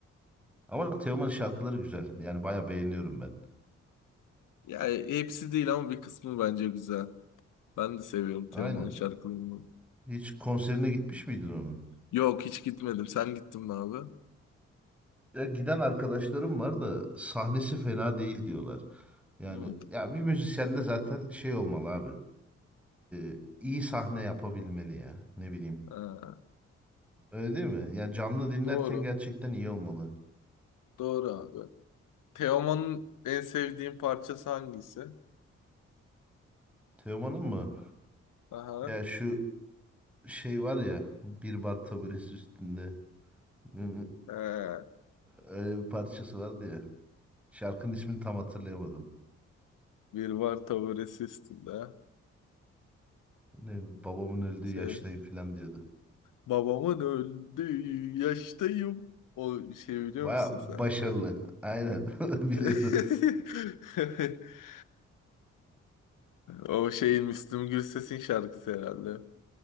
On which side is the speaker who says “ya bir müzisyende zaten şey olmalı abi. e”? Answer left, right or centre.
Centre